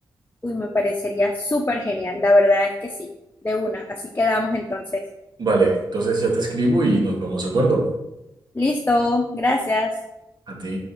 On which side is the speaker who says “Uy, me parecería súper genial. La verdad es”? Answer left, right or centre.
Left